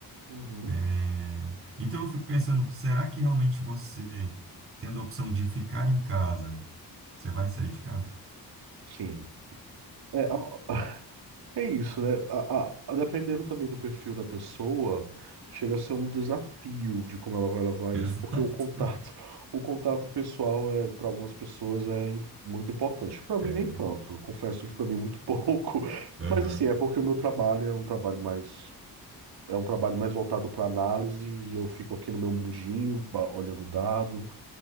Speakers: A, on the right; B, on the right.
A: Uhum.
B: É, Então eu fico pensando, será que realmente você, tendo a opção de ficar em casa, você vai sair de casa? <laughs>
A: Sim. É, a- <laughs> É isso, né? A- a- dependendo também do perfil da pessoa, chega a ser um desafio de como ela vai levar
B: Exato.
A: isso, porque o contato, o contato pessoal é para algumas pessoas é im- muito importante. Para mim
B: É.
A: nem tanto. Confesso que para mim muito <laughs> pouco.
B: Aham,
A: Mas assim, é porque o meu trabalho é um trabalho mais é um trabalho mais voltado para análise e eu fico aqui no meu mundinho, ba- olhando o dado,